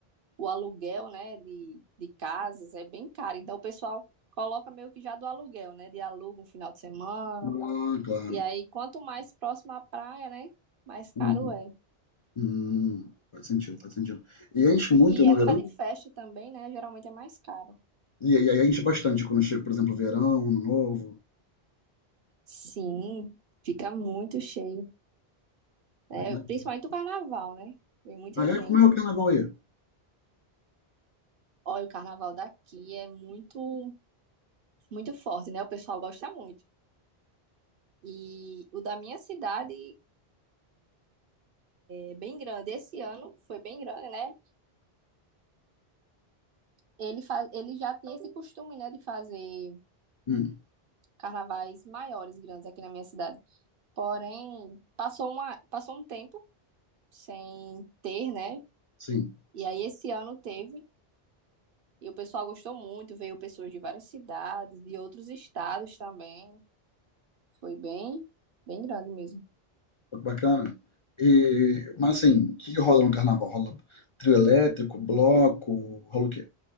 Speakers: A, on the right; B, on the left.
A: o aluguel, né? De, de casas é bem caro. Então o pessoal coloca meio que já do aluguel, né? De aluga um final de semana.
B: Ah, claro.
A: E aí, quanto mais próximo à praia, né? Mais caro
B: Uhum.
A: é.
B: Hum, faz sentido, faz sentido. E enche muito
A: E
B: no
A: época
B: verão?
A: de festa também, né? Geralmente é mais caro.
B: E aí aí enche bastante quando chega, por exemplo, verão, ano novo.
A: Sim, fica muito cheio. né?
B: né, mas-
A: Principalmente o carnaval, né? Vem muita
B: Ah, é?
A: gente.
B: Como é o carnaval aí?
A: Olha, o carnaval daqui é muito, muito forte, né? O pessoal gosta muito. E o da minha cidade é bem grande. Esse ano foi bem grande, né? Ele, faz, ele já tem esse costume, né, de fazer
B: Hum,
A: carnavais maiores, grandes aqui na minha cidade. Porém, passou uma, passou um tempo sem ter, né?
B: sim,
A: E aí esse ano teve. E o pessoal gostou muito, veio pessoas de várias cidades, de outros estados também. Foi bem, bem grande mesmo.
B: bacana. E, mas assim, o que que rola no carnaval? Rola trio elétrico, bloco, rola o quê?